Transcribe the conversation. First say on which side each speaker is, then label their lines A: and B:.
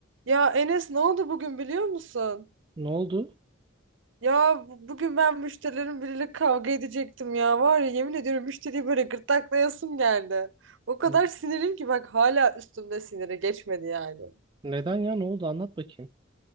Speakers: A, on the right; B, on the right.
A: Ya Enes ne oldu bugün biliyor musun?
B: Ne oldu?
A: Ya bu- bugün ben müşterilerin biriyle kavga edecektim ya. Var ya yemin ediyorum müşteriyi böyle gırtlaklayasım geldi. O kadar
B: N-
A: sinirim ki bak hala üstümde siniri geçmedi yani.
B: Neden ya? Ne oldu? Anlat bakayım.